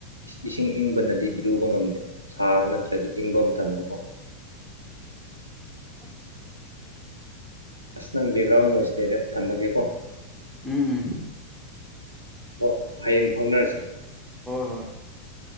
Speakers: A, on the right (about 85°); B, in the centre.
A: ꯏꯁꯤꯡ ꯏꯪꯕꯅꯗꯤ ꯏꯔꯨꯕ ꯉꯝꯗꯦ ꯁꯥꯕ ꯅꯠꯇ꯭ꯔꯗꯤ ꯏꯪꯕ ꯃꯇꯝꯗꯀꯣ
B: ꯍ
A: ꯑꯁ ꯅꯪ ꯕꯦꯛꯒ꯭ꯔꯥꯎꯟ ꯅꯣꯏꯁ ꯂꯩꯔꯦ ꯊꯝꯝꯕꯒꯦ ꯀ
B: ꯎꯝ ꯎꯝ
A: ꯍ ꯍꯌꯦꯡ ꯐꯥꯎꯅꯔꯁꯦ
B: ꯍꯣꯏ ꯍꯣꯏ